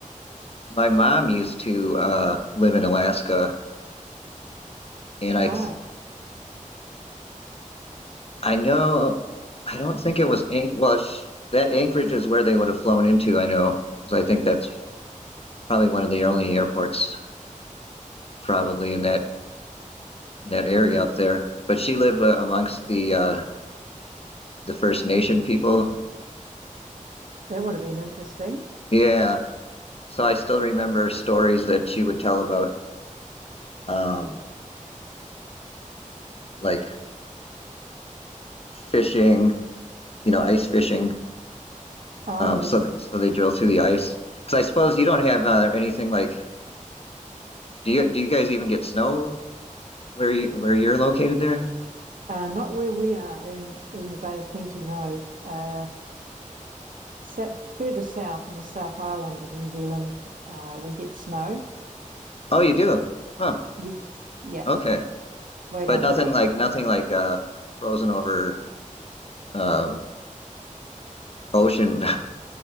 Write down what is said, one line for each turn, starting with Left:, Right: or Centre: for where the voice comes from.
Left: my mom used to uh, live in Alaska, and
Right: Right.
Left: I th- I know I don't think it was Anch well sh that Anchorage is where they would have flown into. I know 'cause I think that's probably one of the only airports probably in that that area
Right: Yeah,
Left: up there. But she lived uh, amongst the uh, the First Nation people.
Right: That would have been interesting.
Left: Yeah, so I still remember stories that she would tell about um, like fishing, you know, ice fishing.
Right: Oh,
Left: Um,
Right: yes.
Left: so th- so they drill through the ice because I suppose you don't have uh, anything like. Do you do you guys even get snow where you where you're located there?
Right: Uh, not where we are in, in the Bay of Plenty, no. Uh, set further south in the South Island of New Zealand, uh, we get snow.
Left: Oh, you do. Huh.
Right: Yes. Yeah,
Left: Okay.
Right: way
Left: But
Right: down
Left: nothing
Right: south.
Left: like nothing like uh, frozen over um ocean.